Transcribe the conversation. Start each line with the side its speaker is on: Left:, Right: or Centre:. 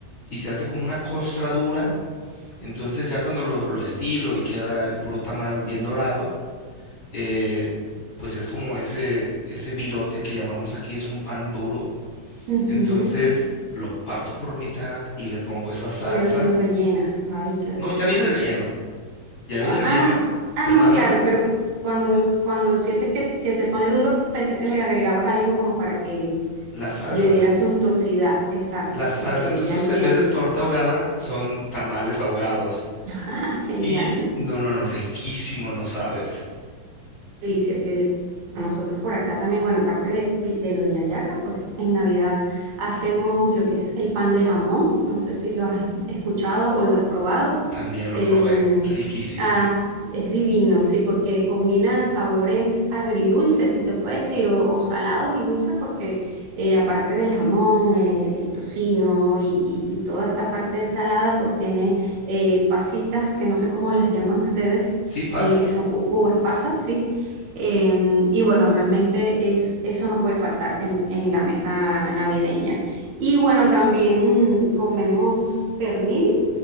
Left: y se hace como una costra dura. Entonces ya cuando lo, lo estilo y queda el puro tamal bien dorado, eh, pues es como ese, ese virote que llamamos aquí, es un pan duro
Right: Ujú.
Left: entonces lo parto por mitad y le pongo esa salsa.
Right: Le- lo rellenas. Ay, qué rico
Left: No, ya
Right: suena.
Left: viene el relleno, ya viene
Right: Ah,
Left: el relleno,
Right: ah, ah,
Left: pero
Right: no,
Left: nada más
Right: claro, pero cuando, cuando sientes que, que se pone duro, pensé que le agregabas algo como para que
Left: la salsa,
Right: le diera suntuosidad. Exacto,
Left: la salsa.
Right: ok,
Left: Entonces
Right: ya entiendo.
Left: en vez de torta ahogada son tamales ahogados.
Right: <laughs> Genial.
Left: Y no, no, no, riquísimo, no sabes.
Right: delicia que nosotros por acá también, bueno, aparte de, de lo de la yaca, pues en Navidad hacemos lo que es el pan de jamón, no sé si lo has escuchado o lo has probado.
Left: También lo
Right: Eh,
Left: probé, riquísimo.
Right: ah, es divino, sí, porque combina sabores agridulces, si se puede decir, o, o salados y dulces, porque eh, aparte del jamón, eh, el tocino y, y- y toda esta parte salada, pues tiene eh, pasitas que no sé cómo las llaman ustedes,
Left: ¿Sí pasas?
Right: eh, que son u- uvas pasas, sí, eh, y bueno, realmente es, eso no puede faltar en, en la mesa navideña. Y bueno, también comemos pernil,